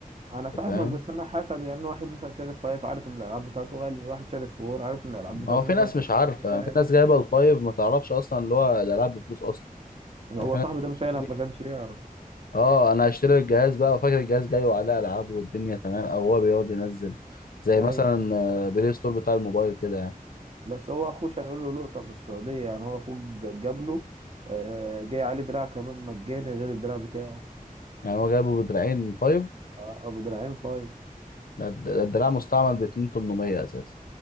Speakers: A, on the right (about 40°); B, on the left (about 75°).
A: انا فاهمك
B: أنت فاهم
A: بس انا حسب يعني واحد مثلا شارف فايف عارف ان الالعاب بتاعته غاليه واحد شارف فور عارف ان الالعاب
B: ما
A: بتاعته
B: هو في
A: مثلا
B: ناس مش عارفة
A: يقدر
B: في ناس جايبة الفايف ما تعرفش اصلا اللي هو الالعاب بفلوس اصلا
A: هو
B: يعني في ناس
A: صاحبي ده
B: بتشتري
A: فعلا ما كانش يعرف
B: اه انا هشتري الجهاز بقى وفاكر الجهاز جاي وعليه العاب والدنيا تمام او هو بيقعد ينزل زي
A: ايوه
B: مثلا آه، بلاي ستور بتاع الموبايل كده يعني
A: بس هو اخوه كان يقول له لقطه من السعوديه يعني هو اخوه د- جاب له آه، جاي عليه دراع كمان مجاني غير الدراع بتاعه
B: يعني هو جايبه بدراعين فايف
A: اه آه، بدراعين فايف
B: ده الدراع مستعمل ب 2800 اساسا